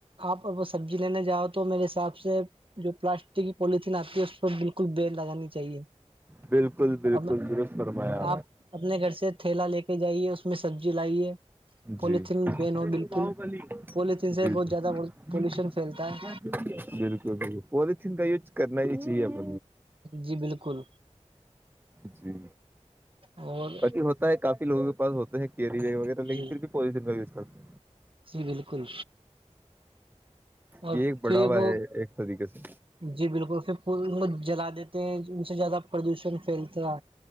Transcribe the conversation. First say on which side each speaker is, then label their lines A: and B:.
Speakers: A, on the right (about 50°); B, on the right (about 15°).
A: آپ ا سبزی لینے جاہؤ تو میرے حساب سے جو پلاسٹک کی پولیتھین آتی ہے اس پہ بالکل بین لگانی چاہیے
B: بالکل بالکل
A: ا
B: درست فرمایا
A: آپ اپنے گھر سے تھیلا لے کے جائیے اس اس میں سبزی لائیے پولیتھین
B: جی
A: بین ہو بالکل
B: باہوبلی
A: پولیتین سے
B: جی
A: ہی
B: جی
A: بہت زیادہڑ پولوشن پھیلتا ہے
B: بالکل بالکل پولیتھین کا یوز کرنا ہی چاہیے اپ
A: جی بالکل
B: جی
A: اور
B: باقی ہوتا ہے کافی لوگ کے پاس ہوتے ہیں کیری وغیرہ لیکن
A: جی
B: پھر بھی پین کا یوز کرتے
A: جی بالکل اور
B: یہ ایک بڑھاوا
A: پھر وہ
B: ہے ایک طریقے سے
A: جی بالکل پھر جلا دیتے ہیں ان سے زیادہ پردوشن پھیلتا